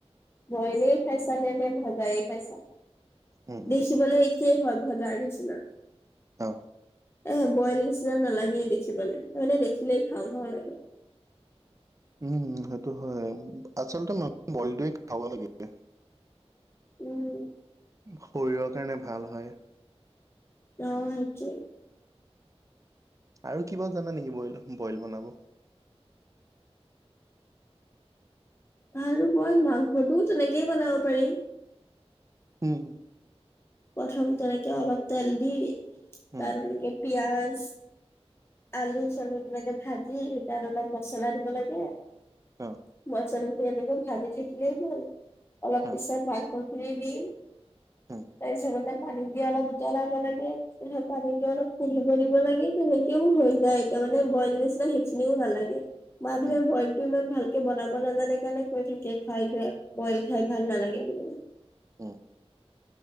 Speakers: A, on the left (about 25°); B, on the right (about 30°).
A: বইলে খাইছা নে নে ভজায়ে খাইচা
B: উম
A: দেখিবলৈ একেই হয় ভজাৰ নিচিনা
B: অ
A: এ বইল নিচিনা নালাগেই দেখিবালে মানে দেখিলেই খাওঁ খাওঁ লাগে
B: উম সেইটো হয় আচলতে মান বলটোৱে খাব লাগিব
A: উম
B: শৰীৰৰ কাৰণে ভাল হয়
A: অ সেইটোয়।
B: আৰু কিবা জানা নেকি বইল বইল বনাব
A: আৰু মই মাংসটোও তেনেকেই বনাব পাৰি
B: হম
A: প্ৰথম তেনেকে অলপ তেল দি
B: উম,
A: তাৰ মনেকে পিয়াজ আলু চালু কিবাকে ভাজি সেই তাত অলপ মছলা দিব লাগে
B: অ',
A: মচলাটো এনেকে ভাজি থাকিলেই হল অলপ পিছত
B: অ',
A: খু খিনি দি
B: উম,
A: তাৰপিছত অলপ পানী দি অলপ জতলাব লাগে পানীটো অলপ <unintelligible> দিব লাগে কিও হৈ যায় এতিয়া মানে বইল নিচিনা সেইখিনিও নালাগে মানুহে
B: উম,
A: বইল টো ইমান ভাল বনাব নাজানে কাৰণে কৈ থাকে খাই বেয়া বইল খাই ভাল নালাগে বুলি
B: উম।